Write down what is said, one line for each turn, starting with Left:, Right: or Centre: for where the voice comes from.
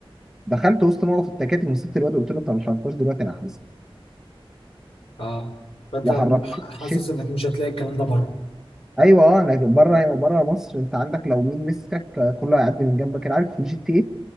Centre: دخلت وسط موقف التكاتك مسكت الواد قلت له انت ما حركتهاش دلوقتي انا هحبسك
Left: اه فأنت
Centre: وحركتها
Left: حاسس
Centre: الشيت
Left: إنك مش هتلاقي الكلام ده بره
Centre: ايوه اه انا بره بره مصر انت عندك لو مين مسكك آه، كله هيعدي من جنبك أنا عارف في الجي تي